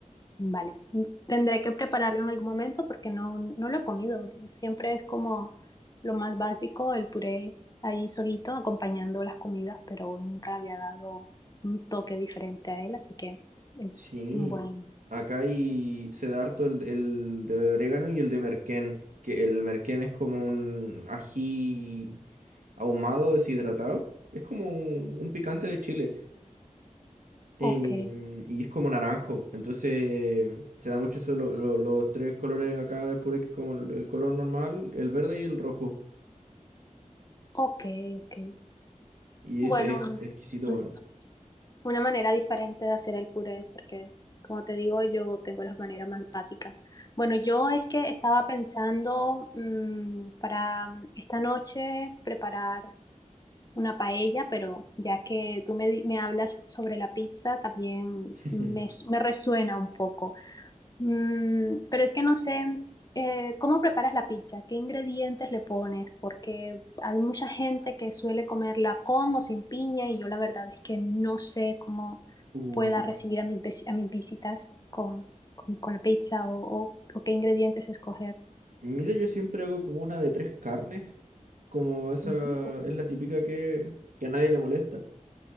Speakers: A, on the left; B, on the right.
A: Vale, tendré que prepararlo en algún momento porque no, no lo he comido. Siempre es como lo más básico, el puré ahí solito acompañando las comidas, pero nunca le había dado un toque diferente a él, así que es
B: Sí.
A: un buen.
B: Acá hay, se da harto el, el de orégano y el de merquén. Que el merquén es como un ají ahumado, deshidratado. Es como un, un picante de Chile. em,
A: Ok,
B: y es como naranjo. Entonces se da mucho eso, lo- lo- los tres colores acá del puré, que es como el, el color normal, el verde y el rojo.
A: ok, ok.
B: Y
A: Bueno,
B: es, es exquisito,
A: un-
B: bueno.
A: una manera diferente de hacer el puré porque, como te digo, yo tengo las maneras más básicas. Bueno, yo es que estaba pensando mm, para esta noche preparar una paella, pero ya que tú me, di- me hablas sobre la pizza, también
B: <laughs>
A: me, s- me resuena un poco. Mm, pero es que no sé, eh, ¿cómo preparas la pizza? ¿Qué ingredientes le pones? Porque hay mucha gente que suele comerla con o sin piña y yo la verdad es que no sé cómo
B: Uh,
A: pueda recibir a mis, veci- a mis visitas con, con, con la pizza o, o o qué ingredientes escoger.
B: mira, yo siempre hago como una de tres carnes, como esa
A: Ujú.
B: es la típica que, que a nadie le molesta.